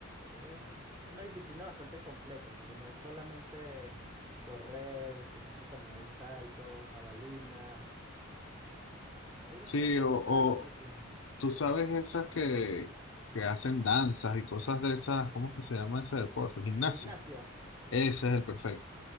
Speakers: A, on the right; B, on the left.
A: es una disciplina bastante completa, porque no es solamente correr, sino que también hay saltos, jabalinas, hay bastantes
B: Sí, o,
A: cosas
B: o
A: del atletismo.
B: tú sabes esas que, que hacen danzas y cosas de esas, ¿cómo que se llama ese deporte? Gimnasio.
A: Gimnasia,
B: Ese es el perfecto.